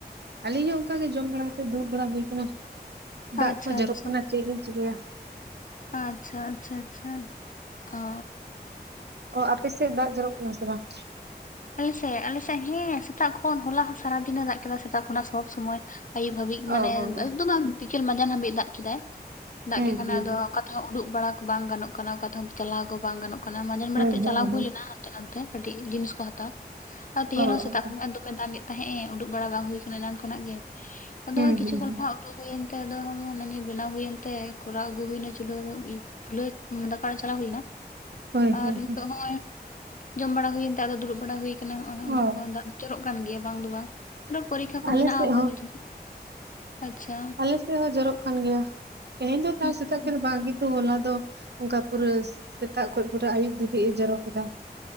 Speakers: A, on the right (about 80°); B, on the left (about 50°).
A: ᱟᱹᱞᱤᱧ ᱦᱚᱸ ᱚᱝᱠᱟ ᱜᱮ ᱡᱚᱢ ᱵᱟᱲᱟ ᱠᱟᱛᱮ ᱫᱩᱲᱩᱵ ᱵᱟᱲᱟ ᱦᱩᱭ ᱠᱟᱱᱟ ᱫᱟᱜ
B: ᱟᱪᱪᱷᱟ
A: ᱠᱚ ᱡᱚᱨᱚᱜ
B: ᱟᱪᱪᱷᱟ
A: ᱠᱟᱱᱟ᱾ ᱪᱮᱫ ᱞᱤᱧ ᱪᱤᱠᱟᱹᱭᱟ᱾
B: ᱟᱪᱪᱷᱟ ᱟᱪᱪᱷᱟ ᱟᱪᱪᱷᱟ ᱚ
A: ᱚ ᱟᱯᱮ ᱥᱮᱫ ᱫᱟᱜ ᱡᱚᱨᱚᱜ ᱠᱟᱱᱟ ᱥᱮ ᱵᱟᱝ?
B: ᱟᱞᱮ ᱥᱮᱫ ᱟᱞᱮ ᱥᱮᱫ ᱦᱮᱸ ᱥᱮᱛᱟᱜ ᱠᱷᱚᱱ ᱦᱚᱞᱟ ᱦᱚᱸ ᱥᱟᱨᱟ ᱫᱤᱱᱮ ᱫᱟᱜ ᱠᱮᱫᱟ ᱥᱮᱛᱟᱜ ᱠᱷᱚᱱᱟᱜ ᱥᱚᱵᱽ ᱥᱚᱢᱚᱭ ᱟᱹᱭᱩᱵ ᱦᱟᱹᱵᱤᱡ ᱢᱟᱱᱮ
A: ᱚ ᱚ ᱚ
B: ᱟᱹᱭᱩᱵ ᱫᱚ ᱵᱟᱝ ᱵᱤᱠᱮᱞ ᱢᱟᱡᱟᱱ ᱦᱟᱹᱵᱤᱡ ᱫᱟᱜ ᱠᱮᱫᱟᱭ ᱫᱟᱜ
A: ᱦᱩᱸ
B: ᱠᱮᱜ ᱠᱷᱟᱱᱮ
A: ᱦᱩᱸ
B: ᱟᱫᱚ
A: ᱦᱩᱸ
B: ᱛᱷᱮ ᱦᱚᱸ ᱩᱰᱩᱜ ᱵᱟᱲᱟ ᱠᱚ ᱵᱟᱝ ᱜᱟᱱᱚᱜ ᱠᱟᱱᱟ ᱚᱠᱟ ᱛᱮᱦᱚᱸ ᱪᱟᱞᱟᱣ ᱠᱚ ᱵᱟᱝ ᱜᱟᱱᱚᱜ ᱠᱟᱱᱟ ᱢᱟᱡᱟᱱ ᱵᱮᱲᱟ
A: ᱦᱳᱭ
B: ᱛᱮᱜ
A: ᱦᱳᱭ
B: ᱪᱟᱞᱟᱣ ᱠᱚ
A: ᱦᱳᱭ
B: ᱦᱩᱭ ᱞᱮᱱᱟ᱾ ᱛᱮᱱᱚᱢ ᱠᱟᱹᱴᱤᱡ ᱡᱤᱱᱤᱥ ᱠᱚ ᱦᱟᱛᱟᱣ ᱟᱨ ᱛᱤᱦᱤᱱ
A: ᱚ
B: ᱦᱚᱸ ᱥᱮᱛᱟᱜ
A: ᱚ ᱚ
B: ᱠᱷᱚᱱ ᱫᱚ ᱫᱚᱢᱮ ᱫᱟᱜ ᱮᱫ ᱛᱟᱦᱮᱸᱜ ᱮᱸ ᱩᱰᱩᱠ ᱵᱟᱲᱟ ᱵᱟᱝ ᱦᱩᱭ ᱠᱟᱱᱟ ᱮᱱᱟᱱ ᱠᱷᱚᱱᱟᱜ ᱜᱮ ᱟᱫᱚ
A: ᱦᱩᱸ
B: ᱠᱤᱪᱷᱩ
A: ᱦᱩᱸ
B: ᱜᱟᱱ
A: ᱦᱩᱸ
B: ᱠᱚ ᱦᱟᱸᱜ ᱩᱰᱩᱠ ᱦᱩᱭᱮᱱ ᱛᱮ ᱟᱫᱚ ᱦᱚᱸ ᱦᱟᱱᱟ ᱱᱤᱭᱟᱹ ᱵᱮᱱᱟᱣ ᱦᱩᱭᱮᱱ ᱛᱮ ᱠᱚᱨᱟᱣ ᱟᱹᱜᱩ ᱦᱩᱭᱱᱟ ᱪᱩᱞᱦᱟᱹ ᱪᱩᱞᱟᱹᱢᱟᱱᱮ ᱫᱟᱠᱟ ᱚᱲᱟᱜ ᱪᱟᱞᱟᱣ ᱦᱩᱭ ᱞᱮᱱᱟ᱾
A: ᱦᱳᱭ ᱦᱳᱭ
B: ᱟᱨ ᱦᱤᱛᱳᱜ
A: ᱦᱳᱭ
B: ᱦᱚᱜᱼᱚᱭ ᱡᱚᱢ ᱵᱟᱲᱟ ᱦᱩᱭᱮᱱ ᱛᱮ ᱟᱫᱚ ᱫᱩᱲᱩᱵ ᱵᱟᱲᱟ ᱦᱩᱭ ᱠᱟᱱᱟ ᱦᱚᱸᱜᱼᱚᱭ ᱚᱱᱟ
A: ᱚ
B: ᱠᱚ ᱦᱚᱸ ᱫᱟᱜ ᱡᱚᱨᱚᱜ ᱠᱟᱱ ᱜᱮᱭᱟ ᱵᱟᱝ ᱫᱚ ᱵᱟᱝ ᱛᱤᱱᱟᱹᱜ ᱯᱚᱨᱤᱠᱠᱷᱟ ᱠᱚ
A: ᱟᱞᱮ
B: ᱢᱮᱱᱟᱜᱼᱟ
A: ᱥᱮᱫ
B: ᱚᱱᱠᱟ
A: ᱦᱚᱸ
B: ᱜᱮ ᱡᱷᱩᱫᱤ ᱟᱪᱪᱷᱟ᱾
A: ᱟᱞᱮ ᱥᱮᱫ ᱦᱚᱸ ᱡᱚᱨᱚᱜ ᱠᱟᱱ ᱜᱮᱭᱟ ᱛᱮᱦᱮᱧ ᱫᱚ ᱛᱟᱣ
B: ᱦᱩᱸ
A: ᱥᱮᱛᱟᱜ
B: ᱦᱩᱸ
A: ᱠᱷᱚᱱ ᱫᱚ ᱵᱟᱝ ᱜᱤ ᱛᱚ ᱦᱚᱞᱟ ᱫᱚ ᱚᱝᱠᱟ ᱯᱩᱨᱟᱹ ᱥᱮᱛᱟᱜ ᱠᱷᱚᱡ ᱯᱩᱨᱟᱹ ᱟᱹᱭᱩᱵ ᱫᱷᱟᱹᱵᱤᱡ ᱮ ᱡᱚᱨᱚ ᱠᱮᱫᱟ᱾